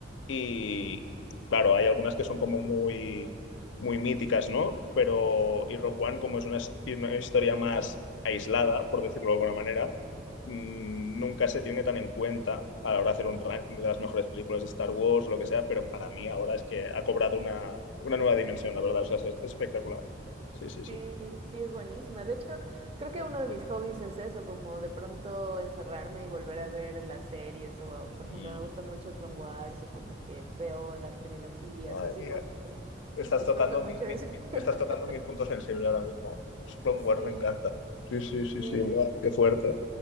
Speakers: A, on the left (about 85°); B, on the right (about 30°).
A: Y claro, hay algunas que son como muy, muy míticas, ¿no? Pero, y Rogue One, como es una, his- una historia más aislada, por decirlo de alguna manera mm, nunca se tiene tan en cuenta a la hora de hacer un ranking de las mejores películas de Star Wars o lo que sea, pero para mí ahora es que ha cobrado una, una nueva dimensión, la verdad. O sea, es, es espectacular. Sí, sí, sí.
B: Sí, sí, es buenísima. De hecho, creo que uno de mis hobbies es eso, como de pronto encerrarme y volver a ver las series. O, por ejemplo,
A: Y
B: me gusta mucho Clone Wars o como que veo las trilogías
A: Madre
B: o así
A: mía,
B: como que
A: estás
B: disfruto
A: tocando
B: mucho
A: mi, mi-
B: eso.
A: mi-
B: <laughs>
A: estás tocando mi punto sensible ahora mismo. Su Clone
B: Sí,
A: Wars me encanta. Sí, sí, sí,
B: sí,
A: sí, buah,
B: sí.
A: qué fuerte.